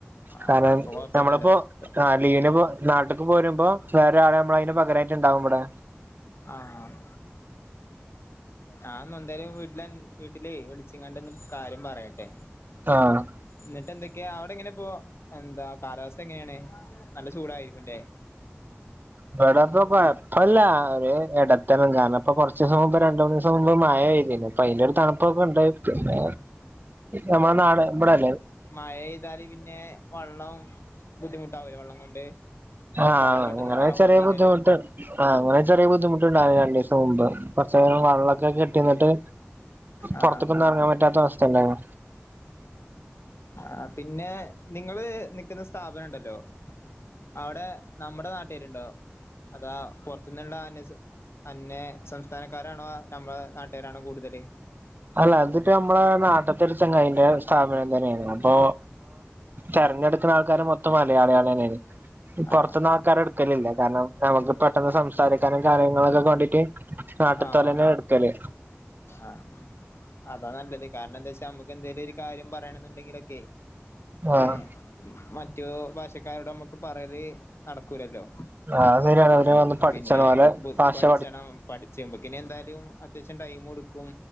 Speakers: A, on the left; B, on the right.
A: ആഹ്
B: കാരണം
A: അപ്പൊ കൊഴപ്പില്ലല്ലോ
B: നമ്മളിപ്പോ
A: അപ്പൊ
B: ആ ലീവിന് പോ നാട്ട്ക്ക് പോരുമ്പോ വേറൊരാളെ നമ്മള് അതിന് പകരായിട്ട്ണ്ടാവുമിവിടെ
A: ആഹ് ആഹ് ഞാൻ ഇന്ന് എന്തായാലും വീട്ടിലഅൻ വീട്ടിലേ വിളിച്ചങ്ങാണ്ടൊന്ന് കാര്യം പറയട്ടെ
B: ആഹ്
A: എന്നിട്ട് എന്തൊക്കെയാ അവിടെ എങ്ങനെ ഇപ്പോ എന്താ കാലാവസ്ഥ എങ്ങനെയാണ് നല്ല ചൂടായിരിക്കുംല്ലേ
B: ഇവിടപ്പൊ കൊഴപ്പല്ല ഒരു ഇടത്തരം കാരണം ഇപ്പ കുറച്ചീസം മുമ്പ് ര ണ്ട്മുന്ന് ദിവസം മുമ്പ് മഴ പെയ്തിരുന്നു അപ്പൊ അതിന്റെ ഒരു തണുപ്പൊക്കെണ്ടായി പിന്നെ നമ്മളെ നാട് ഇബടെല്ലേ
A: മഴെയ്താല് പിന്നെ വള്ളം ബുദ്ധിമുട്ടാവുലെ വള്ളം കൊണ്ട്
B: ആഹ്
A: വെള്ളം പെട്ടെന്ന്
B: അങ്ങനെ
A: താവുകയും
B: ചെറിയ
A: ചെയ്യില്ലല്ലോ
B: ബുദ്ധിമുട്ട് ആഹ് അങ്ങനെ ചെറിയ ബുദ്ധിമട്ടുണ്ടായി രണ്ട് ദിവസം മുമ്പ് കൊറച്ച് വെള്ളമൊക്കെ കെട്ടിന്നിട്ട്
A: ആഹ്
B: പുറത്തക്കൊന്നും ഇറങ്ങാൻ പറ്റാത്ത അവസ്ഥണ്ടായോ
A: ആ പിന്നെ നിങ്ങള് നിക്കുന്ന സ്ഥാപനം ഉണ്ടല്ലോ അവിടെ നമ്മുടെ നാട്ടുകാരുണ്ടോ അതാ പുറത്തുന്നുള്ള അന് അന്യ സംസ്ഥാനക്കാരാണോ നമ്മളെ നാട്ട്കാരാണോ കൂടുതല്
B: അല്ല അതിപ്പോ നമ്മളെ നാട്ടിൽത്തെ ഒരു ചെങ്ങായിന്റെ സ്ഥാപനം തന്നെയാണ് അപ്പൊ തെരഞ്ഞെടുക്കുന്ന ആൾക്കാർ മൊത്തം മലയാളികൾ തന്നെയ്നി പുറത്തിന്ന്
A: ആഹ്
B: ആൾക്കാരെ ഇട്ക്കലില്ല കാരണം നമുക്ക് പെട്ടെന്ന് സംസാരിക്കാനും കാര്യങ്ങളൊക്കെ കണ്ടിട്ട് നാട്ടിത്തോലന്നെ
A: ആഹ്
B: എടുക്കല്
A: ആഹ് അതാ നല്ലത് കാരണം എന്താ വെച്ചാ നമ്മുക്ക് എന്തേലും ഒരു കാര്യം പറയണം എന്നുണ്ടെങ്കിലൊക്കെ
B: ആഹ്
A: ഏ മറ്റു ഭാഷക്കാരോട് നമ്മുക്ക് പറയല് നടക്കൂലല്ലോ
B: അത് ശരിയാണ് അവര്
A: ഏ
B: വന്ന് പഠിച്ചണം
A: പിന്നെ
B: ഓലെ ഭാഷ
A: പഠിച്ചണം പഠിച്ച്മ്പക്ക്ന് എന്തായാലും അത്യാവശ്യം ടൈമ്ട്ക്കും